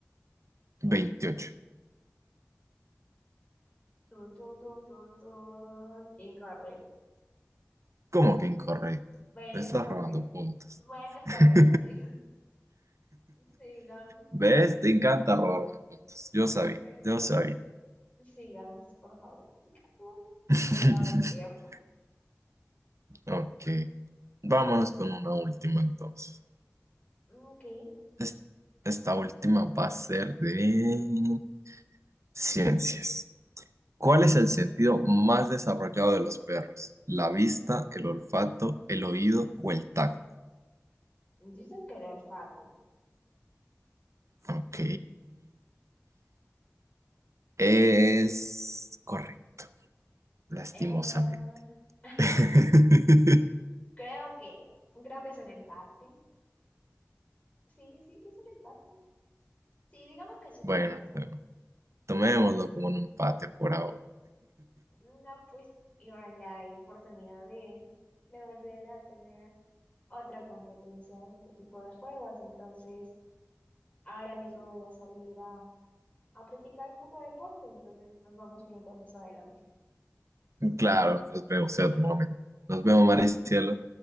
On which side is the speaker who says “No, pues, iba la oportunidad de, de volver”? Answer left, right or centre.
Left